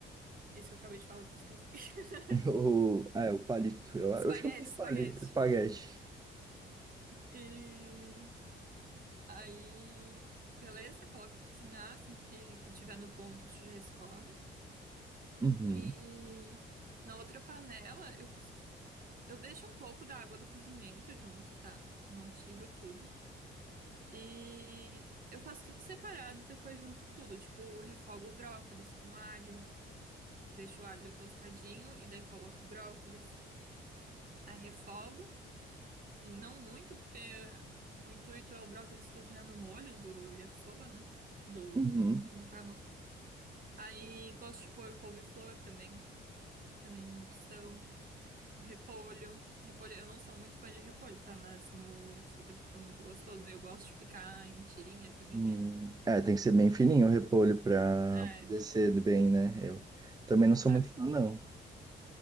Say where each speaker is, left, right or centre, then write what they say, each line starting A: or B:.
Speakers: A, on the right; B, on the right.
A: esse que eu acabei de falar que eu esqueci. <laughs>
B: O, ah, é, o palito. Eu, eu
A: Espaguete,
B: chamo de
A: espaguete.
B: palito, espaguete.
A: E aí, beleza, coloca cozinhar, assim, que, que tiver no ponto, tu já escorre.
B: Uhum.
A: E na outra panela, eu costumo Eu deixo um pouco da água do cozimento junto, tá? Não tiro tudo. E eu faço tudo separado e depois junto tudo. Tipo, refogo o brócolis com alho, deixo o alho tostadinho e daí coloco o brócolis. Aí refogo, e não muito, porque o intuito é o brócolis cozinhar no molho do yakisoba, né? Do,
B: Uhum.
A: do macarrão. Aí gosto de pôr couve-flor também, também é uma opção. Repolho. Repolho. Eu não sou muito fã de repolho, tá? Mas no yakisoba ele fica muito gostoso. Eu gosto de picar em tirinha fininha.
B: Uhum. É, tem que ser bem fininho o repolho pra
A: É.
B: descer bem, né? Eu também não sou
A: Ah,
B: muito fã, não.